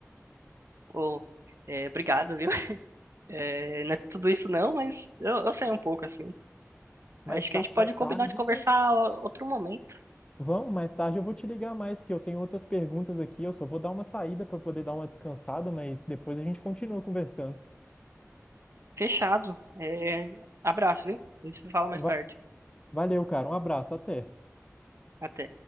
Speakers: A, on the right (about 55°); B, on the left (about 20°).
A: Pô, é, obrigado, viu? <laughs> É, não é tudo isso não, mas eu, eu sei um pouco, assim.
B: Mais,
A: Acho
B: ta
A: que a gente pode
B: mais
A: combinar
B: tarde.
A: de conversar o- outro momento.
B: Vamos, mais tarde eu vou te ligar mais, que eu tenho outras perguntas aqui. Eu só vou dar uma saída para poder dar uma descansada, mas depois a gente continua conversando.
A: Fechado. É, abraço, viu? A gente se fala
B: Então,
A: mais
B: Va-
A: tarde.
B: Valeu, cara. Um abraço. Até.
A: Até.